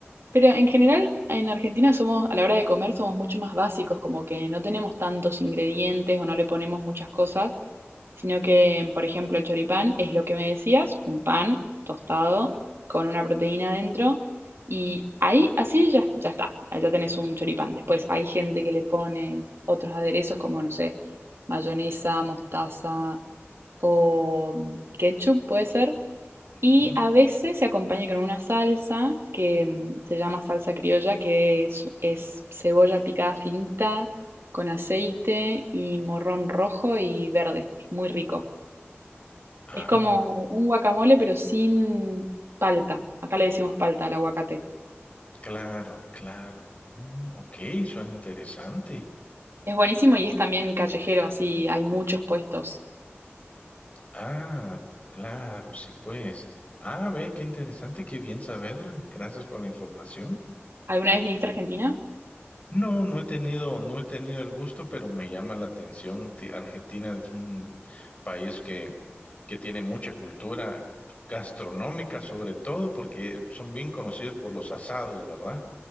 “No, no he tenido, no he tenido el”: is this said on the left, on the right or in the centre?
Left